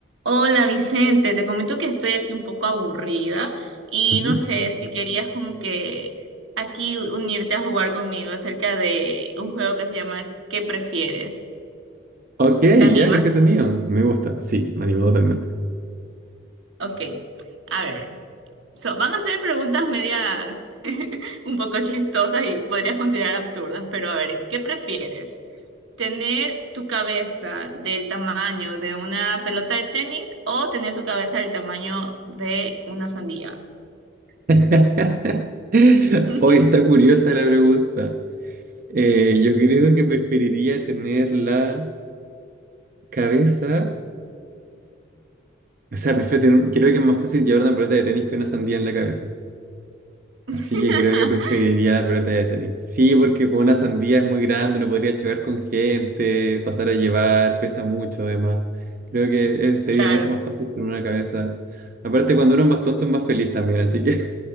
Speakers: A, on the right; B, on the right.
A: Hola Vicente, te comento que estoy aquí un poco aburrida y
B: Ujú.
A: no sé si querías como que aquí unirte a jugar conmigo acerca de un juego que se llama ¿Qué prefieres?
B: Ok,
A: ¿Te animas?
B: ya, qué entretenido. Me gusta, sí, me animó totalmente.
A: Ok, a ver, so, van a ser preguntas medias <laughs> un poco chistosas y podrías considerar absurdas, pero a ver, ¿qué prefieres? ¿Tener tu cabeza del tamaño de una pelota de tenis o tener tu cabeza del tamaño de una sandía?
B: <laughs>
A: <laughs>
B: Hoy está curiosa la pregunta. Eh, yo creo que preferiría tener la cabeza. O sea, prefiero tener- creo que es más fácil llevar una pelota de tenis que una sandía en la cabeza. Así
A: <laughs>
B: que creo que preferiría la pelota de tenis. Sí, porque con una sandía es muy grande, no podría llevar con gente, pasar a llevar, pesa mucho además. Creo que eh, sería
A: Claro.
B: mucho más fácil con una cabeza. Aparte, cuando uno es más tonto es más feliz también, así que...